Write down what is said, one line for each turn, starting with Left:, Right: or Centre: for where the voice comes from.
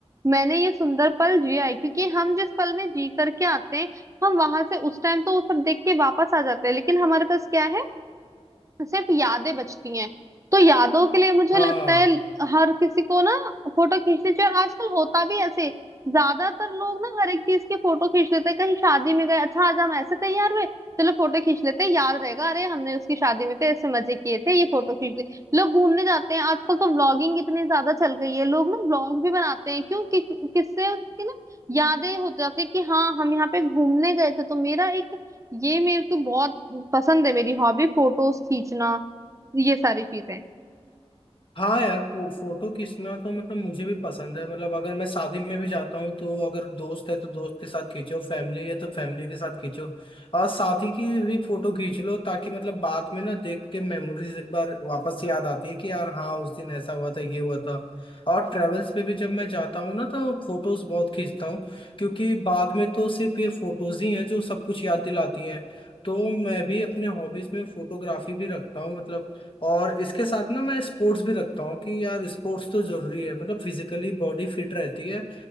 Right: मैंने ये सुंदर पल जिया है क्योंकि हम जिस पल में जी करके आते हैं हम वहां से उस टाइम तो वो सब देख के वापस आ जाते हैं लेकिन हमारे पास क्या है सिर्फ यादें बचती हैं तो यादों के लिए मुझे
Left: हाँ
Right: लगता है हर किसी को ना फोटो खींचनी चाहिए और आजकल होता भी ऐसे ज्यादातर लोग ना हर एक चीज की फोटो खींच लेते हैं कहीं शादी में गए अच्छा आज हम ऐसे तैयार हुए चलो फोटो खींच लेते हैं याद रहेगा अरे हमने उसकी शादी में तो ऐसे मजे किए थे ये फोटो खींच ली लोग घूमने जाते हैं आजकल तो व्लॉगिंग इतनी ज्यादा चल गई है लोग ना व्लॉग भी बनाते हैं क्यों कि, कि, किससे उसकी ना यादें हो जाती है कि हाँ हम यहाँ पे घूमने गए थे तो मेरा एक ये मेरे को बहुत पसंद है मेरी हॉबी फोटोज खींचना ये सारी चीजें
Left: हाँ यार फो, फोटो खींचना तो मतलब मुझे भी पसंद है मतलब अगर मैं शादी में भी जाता हूँ तो अगर दोस्त है तो दोस्त के साथ खींचो फैमिली है तो फैमिली के साथ खींचो और शादी की भी फोटो खींच लो ताकि मतलब बाद में ना देख के मेमोरीज एक बार वापस से याद आती है कि यार हाँ उस दिन ऐसा हुआ था ये हुआ था और ट्रेवल्स पे भी जब मैं जाता हूँ ना तो फोटोज बहुत खींचता हूँ क्योंकि बाद में तो सिर्फ ये फोटोज ही हैं जो सब कुछ याद दिलाती हैं तो मैं भी अपने हॉबीज में फोटोग्राफी भी रखता हूँ मतलब और इसके साथ ना मैं स्पोर्ट्स भी रखता हूँ कि यार स्पोर्ट्स तो जरूरी है मतलब फिजिकली बॉडी फिट रहती है